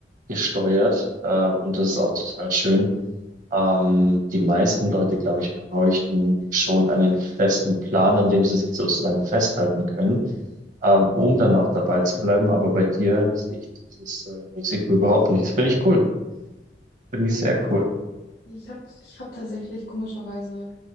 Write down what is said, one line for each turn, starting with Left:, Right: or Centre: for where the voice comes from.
Right: gesteuert, äh, und das ist auch total schön. Ähm, die meisten Leute, glaube ich, bräuchten schon einen festen Plan, an dem sie sich sozusagen festhalten können, ähm, um dann auch dabei zu bleiben. Aber bei dir sehe ich dieses, äh, Risiko überhaupt nicht. Das Finde ich cool. Finde
Left: Also
Right: ich sehr cool.
Left: Ich habe ich hab tatsächlich komischerweise